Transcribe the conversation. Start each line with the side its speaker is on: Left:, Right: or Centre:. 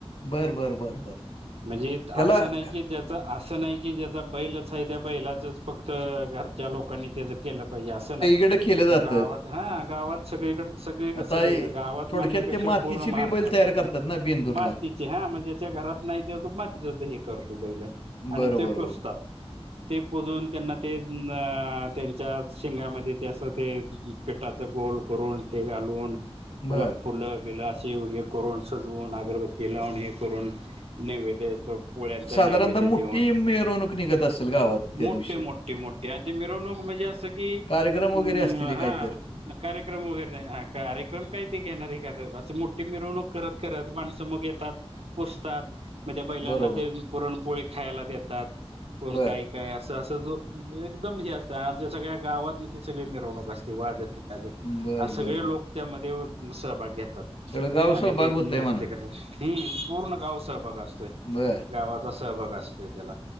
Left: बरं, बरं, बरं, बरं.
Right: म्हणजे
Left: त्याला
Right: असं नाही की त्यात तर असं नाही की ज्याचा बैलच आहे त्या बैलाचच फक्त, घरच्या लोकांनी त्याच केलं पाहिजे असं नाही.
Left: तिकडं केलं जात.
Right: गावात हां गावात सगळीकड सगळीकड
Left: आता
Right: सगळीकड
Left: हे
Right: गावात
Left: थोडक्यात
Right: म्हणण्यापेक्षा
Left: ते मातीची
Right: पूर्ण महाराष्ट्रात.
Left: बी बैल तयार करतात ना बेंदूरला.
Right: मातीची हां म्हणजे ज्याच्या घरात नाही तेंव्हा तो मातीच हे करतो बैल आणि
Left: बरं,
Right: ते
Left: बरोबर.
Right: पुज तात ते पुजून त्यांना ते अंअंअं त्यांच्या शिंगामध्ये ते असं ते पिठाचं गोल करून ते घालून त्याला
Left: बरं.
Right: फुलं बिलं अशी हे करून सजवून, अगरबत्ती लावून हे करून नैवेद्य येतो पोळ्यांचा
Left: साधारणतः
Right: नैवेद्य
Left: मोठी
Right: देऊन,
Left: मिरवणूक निघत असेल गावात त्या
Right: मोठे
Left: दिवशी.
Right: मोठे मो त्यांची मिरवणूक म्हणजे असं की
Left: कार्यक्रम
Right: अंअं
Left: वगैरे असतील हे
Right: हां
Left: काहीतर?
Right: कार्यक्रम वगैरे नाही हं कार्यक्रम काय ते घेणार का असे मोठी मिरवणूक करत करत माणसं मग येतात पुजतात मग त्या बैलांना
Left: बरोबर.
Right: ते पुरणपोळी खायला देतात कोण
Left: बरं.
Right: काय काय अस अस जो एकदम हे असत, आणि आमच्या सगळ्या गावात न ती सगळी मिरवणूक असते वाजत गाजत
Left: बरं,
Right: आणि सगळे
Left: बरं, बरं.
Right: लोक त्यामध्ये सहभाग घेतात.
Left: सगळं गाव
Right: आणि
Left: सहभाग
Right: ते
Left: होतंय म्हणा.
Right: त पूर्ण गाव सहभाग असतोय
Left: बरं
Right: गावात सहभाग असतोय त्याला